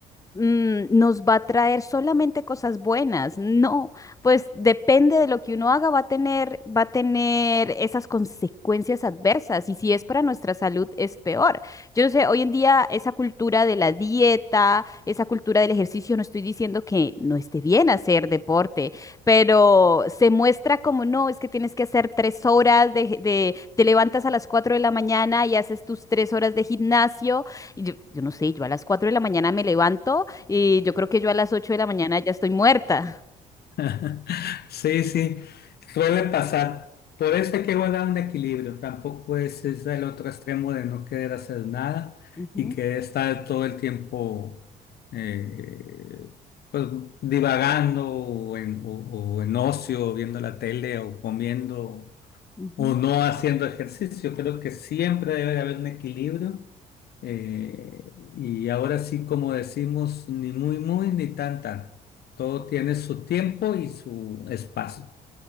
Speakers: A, on the left; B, on the left.
A: mm, nos va a traer solamente cosas buenas. No, pues depende de lo que uno haga, va a tener, va a tener esas consecuencias adversas. Y si es para nuestra salud, es peor. Yo no sé, hoy en día esa cultura de la dieta, esa cultura del ejercicio, no estoy diciendo que no esté bien hacer deporte, pero se muestra como no, es que tienes que hacer tres horas de, de- te levantas a las cuatro de la mañana y haces tus tres horas de gimnasio y yo, yo no sé, yo a las 4 de la mañana me levanto y yo creo que yo a las 8 de la mañana ya estoy muerta.
B: <laughs> Sí, sí, suele pasar. Por eso hay que guardar un equilibrio. Tampoco es, es el otro extremo de no querer hacer nada
A: Ujú,
B: y querer estar todo el tiempo eh, pues, divagando o en, o- o en ocio, viendo la tele o comiendo
A: ujú.
B: o no haciendo ejercicio. Creo que siempre debe haber un equilibrio. eh, y ahora sí, como decimos, ni muy, muy, ni tan, tan. Todo tiene su tiempo y su espacio.